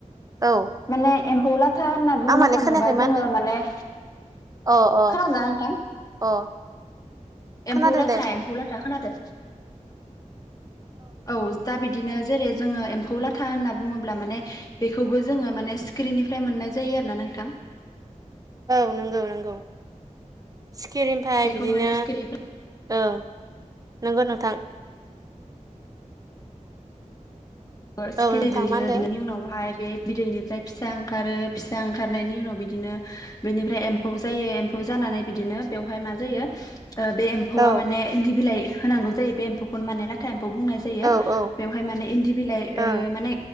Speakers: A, on the right (about 25°); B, on the left (about 30°).
A: औ
B: माने एम्फौ लाथा होनना बुंनो
A: आं माने
B: थाङोबा
A: खोनायाखै मा
B: जोङो
A: होनदो
B: माने
A: अ अ
B: खोनादोंना नोंथां?
A: अ
B: एम्फौ
A: खोनादों
B: ला
A: दे
B: था एम्फौलाथा खोनादों औ दा बिदि दिनो जेरै जोङो एम्फौ लाथा होनना बुङोब्ला माने बेखौबो जोङो माने स्क्रिननिफ्राय मोननाय जायो आरो ना नोंथां
A: औ नंगौ नंगौ सिखिरिनिफ्राय
B: बेखौ
A: बिदिनो
B: माने सिखिरिफ्रा
A: औओं नंगौ नोंथां
B: औ सिखिरि
A: नोंथां
B: दै दैयो
A: मा होनदो
B: बिनि उनावहाय
A: उम
B: बे बिदैनिफ्राय फिसा ओंखारो फिसा ओंखारनायनि उनाव बिदिनो बेनिफ्राय एम्फौ जायो एम्फौ जानानै बिदिनो बेवहाय मा जायो बे एम्फौआ
A: औ
B: माने इन्दि बिलाइ होनांगौ जायो बे एम्फौखौनो माने लाथा एम्फौ बुंनाय जायो
A: औ औ
B: बेवहाय माने दि बिलाइ
A: ओं
B: ओ माने